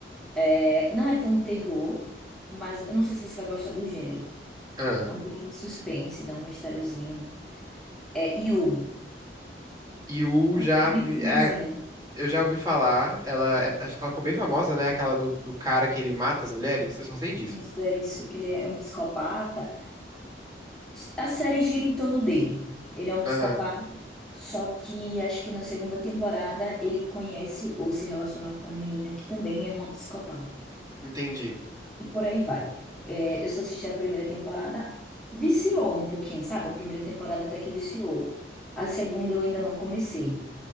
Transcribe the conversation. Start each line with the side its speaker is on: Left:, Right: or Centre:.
Centre: É, não é tão terror, mas eu não sei se você vai gostar do gênero.
Right: Ah,
Centre: É um pouquinho de suspense, dá um mistériozinho. É You.
Right: e o
Centre: É
Right: já.
Centre: uma
Right: me-
Centre: bem famosinha.
Right: é, eu já ouvi falar, ela. é- acho que ela ficou bem famosa, né? Aquela do, do cara que ele mata as mulheres. Eu só sei disso.
Centre: Isso, é isso. Que ele é um psicopata. A série gira em torno dele. Ele é um
Right: Aham,
Centre: psicopata, só que acho que na segunda temporada ele conhece ou se relaciona com uma menina que também é uma psicopata.
Right: entendi.
Centre: E por aí vai. É, eu só assisti a primeira temporada, viciou um pouquinho, sabe? A primeira temporada até que viciou. A segunda eu ainda não comecei.